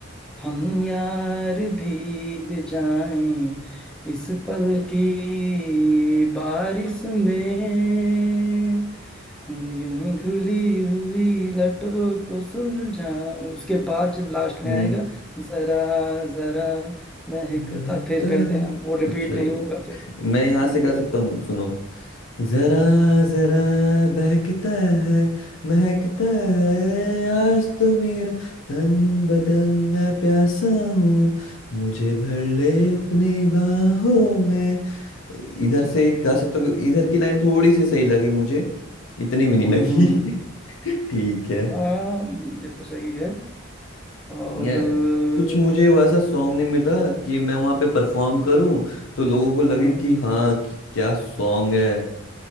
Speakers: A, in the centre; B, on the left.
A: हम यार भीग जाएं इस पल की बारिश में यूं खुली हुई लटों को सुलझाऊं उसके बाद जब लास्ट में
B: हम्म,
A: आएगा जरा जरा महकता
B: बहकता
A: फिर कह देना वो रिपीट
B: अच्छा ये-
A: नहीं होगा फिर
B: मैं यहाँ
A: हम्म
B: से गा सकता हूँ सुनो जरा जरा बहकता है महकता है आज तो मेरा तन बदन मैं प्यासा हूँ मुझे भर ले अपनी बाहों में इधर से गा सकते हो इधर की लाइन थोड़ी सी सही लगी मुझे इतनी भी नहीं
A: हम्म
B: लगी
A: हम्म हम्म।
B: <laughs> ठीक है
A: हाँ ये तो सही है और
B: यार
A: अ,
B: कुछ मुझे वैसा सॉन्ग नहीं मिला कि मैं वहाँ पे परफॉर्म करूँ तो लोगों को लगे
A: हाँ हाँ
B: कि हाँ कि क्या सॉन्ग है